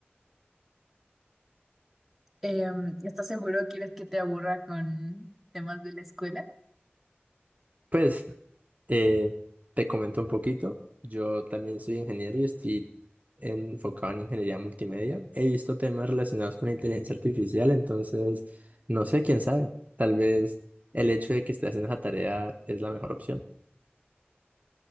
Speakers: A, in the centre; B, on the right.
A: Em, ¿estás seguro? ¿Quieres que te aburra con temas de la escuela?
B: Pues Eh, te comento un poquito, yo también soy ingeniero y estoy enfocado en ingeniería multimedia. He visto temas relacionados con inteligencia artificial, entonces no sé, quién sabe, tal vez el hecho de que estés haciendo esa tarea es la mejor opción.